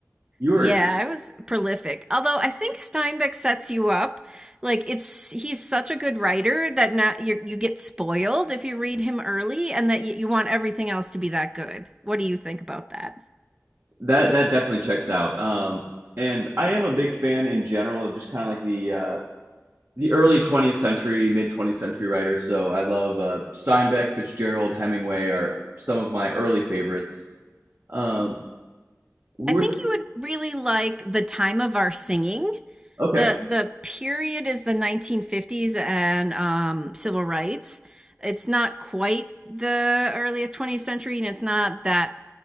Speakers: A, on the right; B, on the right.
A: you were
B: yeah, I was prolific. Although I think Steinbeck sets you up. Like it's he's such a good writer that not you you get spoiled if you read him early and that you, you want everything else to be that good. What do you think about that?
A: that that definitely checks out. Um, and I am a big fan in general of just kind of like the uh, the early 20th century, mid 20th century writers. So I love uh, Steinbeck, Fitzgerald, Hemingway are some of my early favorites. Um, we
B: I
A: were
B: think you would really like the time of our singing.
A: okay.
B: The the period is the 1950s and um, civil rights. It's not quite the early 20th century, and it's not that